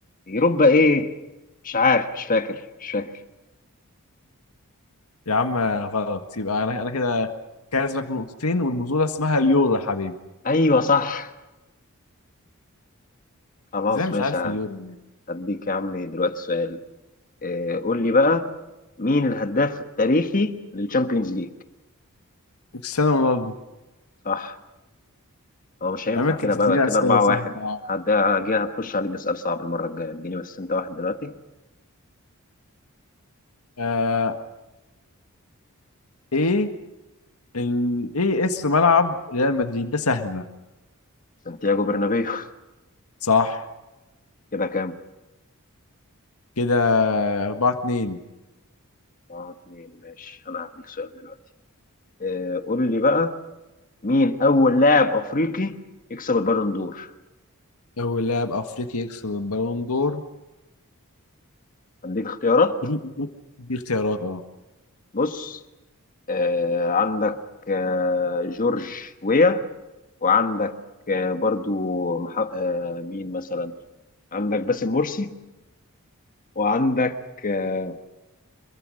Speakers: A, on the left; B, on the left.
A: يوروبا إيه مش عارف مش فاكر مش فاكر
B: يا عم غلط يبقى انا انا كده كاسبك بنقطتين والبطوله اسمها اليورو يا حبيبي
A: أيوه صح خلاص
B: ازاي مش
A: ماشي
B: عارف اليورو يعني؟
A: هديك يا عم دلوقتي سؤال آه، قول لي بقى مين الهداف التاريخي للشامبيونز ليج
B: كريستيانو رونالدو
A: صح هو مش هينفع
B: اما انت
A: كده
B: بتديني
A: بقى كده
B: اسئله
A: 4
B: سهله
A: 1
B: يا عم.
A: هد- هجي هتخش عليك بسؤال صعب المرة الجاية اديني بس انت واحد دلوقتي
B: آه ايه ال... ايه اسم ملعب ريال مدريد ده سهله
A: سانتياغو برنابيو
B: صح
A: <laughs> كده كام؟
B: كده 4 2
A: اه اتنين ماشي انا هديك سؤال دلوقتي آه، قول لي بقى مين اول لاعب افريقي يكسب البالون دور
B: أول لاعب أفريقي يكسب البالون دور
A: هديك اختيارات
B: <laughs> دي اختيارات أه
A: بص آه، عندك آه، جورج ويا وعندك آه، برضو مح... آه، مين مثلا عندك باسم مرسي وعندك آه،